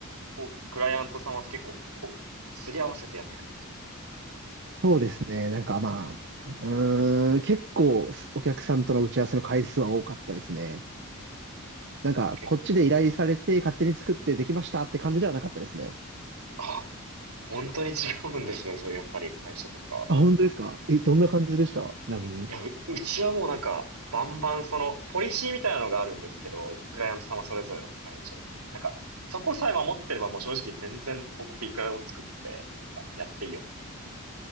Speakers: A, on the right (about 85°); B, on the right (about 50°).
A: おクライアント様と結構こう、すり合わせてやっていくって感じなんですね。
B: そうですね。なんかまあ、うーん、結構、お客さんとの打ち合わせの回数は多かったですね。なんか、
A: 結
B: こっちで依頼されて、勝手に作ってできましたって感じではなかったですね。
A: 構、あ、本当に違うんですね、そう、やっぱり会社とか。
B: あ、本当ですかえ、どんな感じでしたちなみに。
A: いや、う、うちはもうなんか、バンバンその、ポリシーみたいなのがあるんですけど、クライアント様それぞれの会社ごとに。なんか、そこさえ守ってればもう正直全然広告いくらでも作って、なんか、やっていいよみたいな。